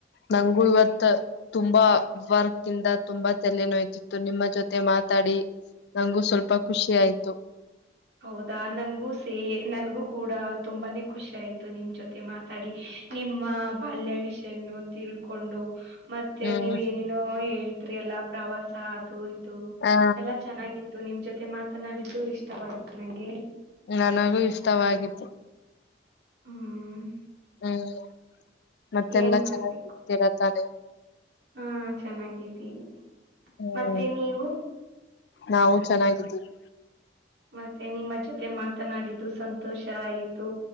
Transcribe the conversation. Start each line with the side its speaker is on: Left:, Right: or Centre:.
Left: ನನ್ಗೂ ಇವತ್ತ. ತುಂಬಾ ವರ್ಕ್ ಇಂದ ತುಂಬಾ ತಲೆ ನೋಯ್ತಿತ್ತು ನಿಮ್ಮ ಜೊತೆ ಮಾತಾಡಿ. ನಂಗು ಸ್ವಲ್ಪ ಖುಷಿ ಆಯ್ತು.
Right: ಹೌದಾ ನನ್ಗೂ ಸೇ ನನ್ಗೂ ಕೂಡ ತುಂಬಾನೇ ಖುಷಿ ಆಯ್ತು ನಿಮ್ ಜೊತೆ ಮಾತಾಡಿ. ನಿಮ್ಮ ಬಾಲ್ಯ ವಿಷಯನ್ನು ತಿಳ್ಕೊಂಡು. ಮತ್ತೆ
Left: ಹ್ಮ್
Right: ನೀವ್ ಏನೇನೋ ಹೇಳ್ತರಿ ಎಲ್ಲಾ ಪ್ರವಾಸ ಅದು ಇದು
Left: ಆ
Right: ಎಲ್ಲಾ ಚೆನ್ನಾಗಿ ನಿಮ್ ಜೊತೆ ಮಾತನಾಡಿದ್ದು ಇಷ್ಟವಾಯ್ತು ನಂಗೆ.
Left: ನನಗೂ ಇಷ್ಟವಾಗಿತ್ತು.
Right: ಹ್ಮ್
Left: ಹ್ಮ್ ಮತ್ತೆಲ್ಲ
Right: ಏನ್ ಮಾಡ್ಬೇಕು
Left: ಚೆನ್ನಾಗರ್ತೀರಾ ತಾನೆ.
Right: ಹಾ ಚೆನ್ನಾಗಿದ್ದೀವಿ
Left: ಹ್ಮ್
Right: ಮತ್ತೆ ನೀವು.
Left: ನಾವು ಚೆನ್ನಾಗಿದ್ದೀವಿ
Right: ಮತ್ತೆ ನಿಮ್ಮ ಜೊತೆ ಮಾತನಾಡಿದ್ದು ಸಂತೋಷ ಆಯಿತು